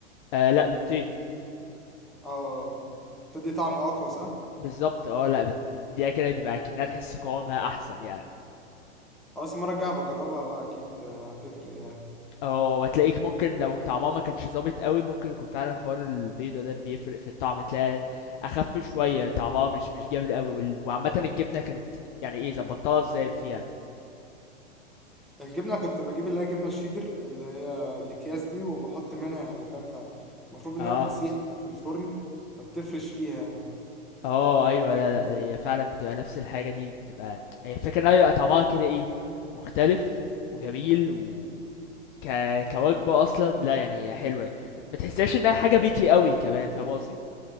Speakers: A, on the left; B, in the centre.
A: آه لا بالطين
B: اه تدي طعم اقوى صح؟
A: بالظبط اه لا بت... بت... دي كده بيبقى كأنها تحس قوامها احسن يعني
B: خلاص المره الجايه هبقى اجربها بقى اكيد آه، هتفرق يعني
A: اه وهتلاقيك ممكن لو طعمها ما كانش ظابط قوي ممكن يكون فعلا حوار البيضة ده بيفرق في الطعم تلاقي اخف شوية طعمها مش مش جامد قوي وال- وعامة الجبنة كانت يعني ايه ظبطتها ازاي فيها
B: الجبنه كنت بجيب اللي هي الجبنه الشيدر اللي هي الاكياس دي وبحط منها يعني فاهم فالمفروض انها
A: اه
B: بتسيح بقى في الفرن فبتفرش فيها يعني
A: اه ايوه لا لا هي فعلا بتبقى نفس الحاجة دي بتبقى هي الفكرة ان هي بيبقى طعمها كده ايه مختلف وجميل و ك... كوجبة اصلا لا يعني هي حلوة ما تحسهاش انها حاجة بيتي قوي كمان فاهم قصدي